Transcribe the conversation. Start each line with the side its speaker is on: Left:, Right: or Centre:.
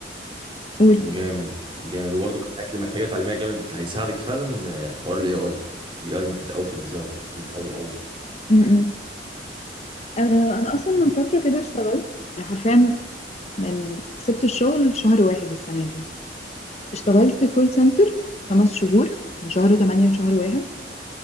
Left: قول
Right: جامد جامد وبرضه من الحاجات اللي محتاجه تعليميه جامد هيساعدك فعلا آه، حوار الاي اي الاي اي مفيد قوي في الديزاين مفيد قوي قوي
Left: م-م. آه، انا اصلا من فتره كده اشتغلت حرفيا من سبت الشغل شهر واحد السنة دي اشتغلت كول سنتر خمس شهور من شهر تمانية لشهر واحد